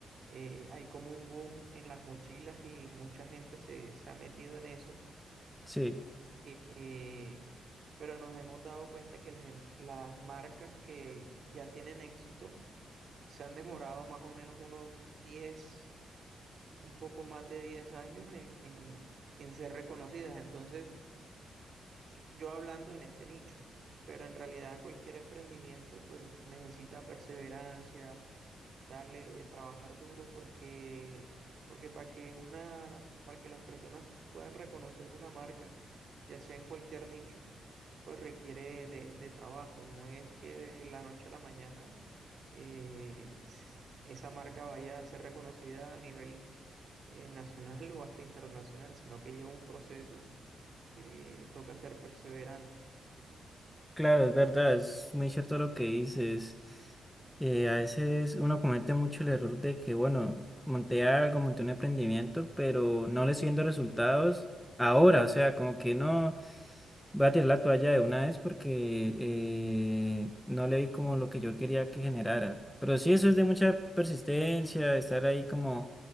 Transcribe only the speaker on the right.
eh, hay como un boom en las mochilas y mucha gente se, se ha metido en eso.
eh, pero nos hemos dado cuenta que las, em- las marcas que ya tienen éxito se han demorado más o menos unos 10 un poco más de 10 años en, en, en ser reconocidas. Entonces, su- yo hablando en este nicho, pero en realidad cualquier emprendimiento pues necesita perseverancia, darle, eh, trabajar duro porque, porque para que una, para que las personas puedan reconocer una marca, ya sea en cualquier nicho, pues requiere de, de trabajo. No es que de la noche a la mañana eh, s- esa marca vaya a ser reconocida a nivel eh, nacional o hasta internacional, sino que lleva un proceso que toca ser perseverante.